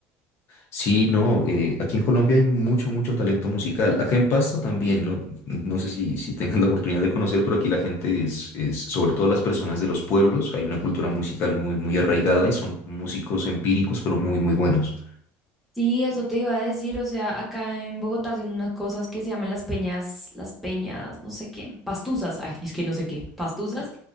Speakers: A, on the left; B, in the centre.
A: Sí, no. eh, aquí en Colombia hay mucho, mucho talento musical. Acá en Pasto también. No, no sé si, si tengan <laughs> la oportunidad de conocer, pero aquí la gente es, es, sobre todo las personas de los pueblos, hay una cultura musical muy, muy arraigada y son músicos empíricos, pero muy, muy buenos.
B: Sí, eso te iba a decir, o sea, acá en Bogotá hacen unas cosas que se llaman las peñas, las peñas, no sé qué, pastusas, ay, es que no sé qué, pastusas,